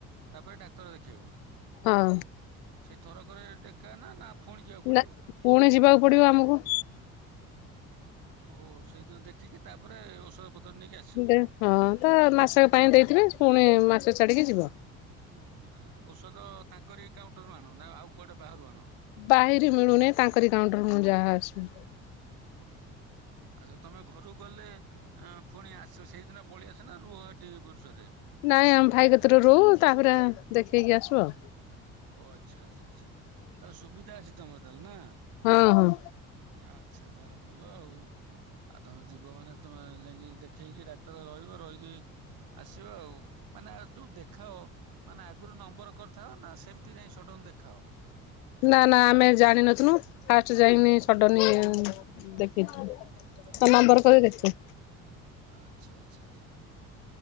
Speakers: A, on the right (about 55°); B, on the left (about 65°).
A: ତାପରେ ଡାକ୍ତର ଦେଖେଇବ?
B: ହଁ।
A: ସେଇ ଥରକରେ ଡେକା ନା- ନା ଫୁଣି ଯିବାକୁ ପଡିବ?
B: ନା ପୁଣି ଯିବାକୁ ପଡିବ ଆମକୁ।
A: ଓହୋ ସେଇଦିନ ଦେଖିକି ତାପରେ ଔଷଧ ପତ୍ର ନେଇକି ଆସି
B: ଦେ -ହଁ ତ ମାସ ପାଇଁ ଦେଇଥିବେ ପୁଣି ମାସ ଛାଡିକି ଯିବ।
A: ଓହୋ ଔଷଧ ତାଙ୍କରି କାଉଣ୍ଟରରୁୁ ଆଣ ନା ଆଉ କୁଆଡେ ବାହାରୁ ଆଣ?
B: ବାହାରି ମିଳୁନି ତାଙ୍କରି କାଉଣ୍ଟରେ ମୁଁ ଯାହା ଆସିବ।
A: ଓହୋ, ଆଛା ତମେ ଘରକୁ ଗଲେ ପୁଣି ଆସିବ ସେଇଦିନ ପଳେଇଆସ ନା ରୁହ ଏଠି ଭବେଶ୍ୱରରେ?
B: ନାଇଁ ଆମ ଭାଇ କତିରେ ରହୁ ତାପରେ ଦେଖେଇକି ଆସୁ ଆଉ।
A: ଓ ଆଚ୍ଛା ଆଚ୍ଛା ଆଚ୍ଛା, ତାହେଲେ ସୁବିଧା ଅଛି ତମର ତାହେଲେ ନା?
B: ହଁ ହଁ
A: ଆଛା ତାହେଲେ ଭଲ ଆଉ। ଆଉ ତମେ ଯିବ ମାନେ ତମେ ଯାଇକି ଦେଖେଇକି ଡାକ୍ତର ରହିବ ରହିକି ଆସିବା ଆଉ, ମାନେ ଯୋଉ ଦେଖାଅ ମାନେ ଆଗରୁ ନମ୍ବର କରିଥାଅ ନା ସେମ ସେମିତି ଯାଇ ସଡନ ଦେଖାଅ।
B: ନା ନା ଆମେ ଜାଣିିନଥିଲୁ ଫାଷ୍ଟ ଯାଇକିନି ସଡନ ଦେଖେଇ ଥିଲୁ।
A: ଆଚ୍ଛା,
B: ତ ନମ୍ବର
A: ଆଚ୍ଛା,
B: କରି
A: ଆଚ୍ଛା।
B: ଦେଖ।
A: ଆଚ୍ଛା ଆଚ୍ଛା ଆଚ୍ଛା,